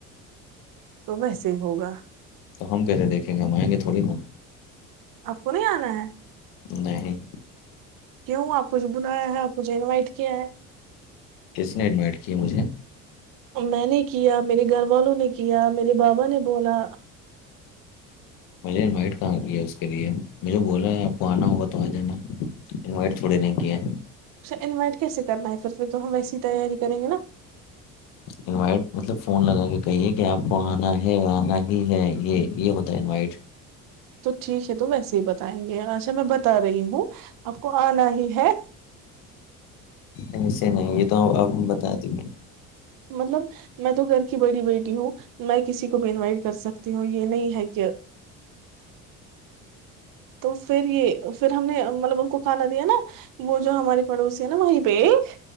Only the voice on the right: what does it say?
تو ویسے ہی ہوگا
اپ کو نہیں انا ہے
کیوں آپ کچھ بنایا ہے آپ کوھ انوائٹ کیا ہے
میں نے کیا میرے گھر والوں نے کیا میرے بابا نے بولا
اا انوائٹ کیسے کرنا ہے پھر پھر تو ہم ویسی ہی تیاری کریں گے نا
تو ٹھیک ہے تو ویسے ہی بتائیں گے اچھا میں بتا رہی ہوں آپ کو آنا ہی ہے
مطلب میں تو گھر کی بڑی بیٹی ہوں میں کسی کو بھی انوائٹ کر سکتی ہوں یہ نہیں ہے کہ تو پھر یہ پھر ہم نے مطلب ان کو کھانا دیا نا وہ جو ہماری پڑوسی ہے نا وہیں بیگ